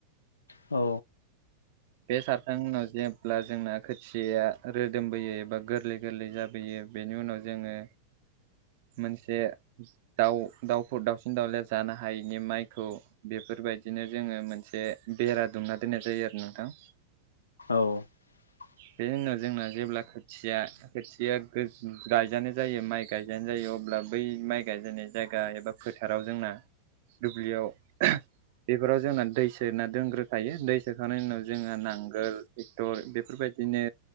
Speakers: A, on the left; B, on the right.
A: औ।
B: बे सारखां उनाव जेब्ला जोंना खोथियाया रोदोमबोयो एबा गोरलै गोरलै जाबोयो बेनि उनाव जोङो मोनसे दाउ दाउफोर दावसिन दावलाया जानो हायैनि माइखौ बे फोरबायदिनो जोङो मोनसे बेरा दुमना दोननाय जायो आरो नोंथां।
A: औ <inaudible>
B: बेनि उनाव जोंना जेब्ला खोथिया खोथिया गोज गायजानाय जायो माइ गायजानाय जायो अब्ला बै माइ गायजानाय जायगा एबा फोथाराव जोंना दुब्लियाव बेफोराव जोंना दै सोना दोनग्रोखायो दै सोखांनायनि उनाव जोङो नांगोल टेक्टर बेफोर बायदिनो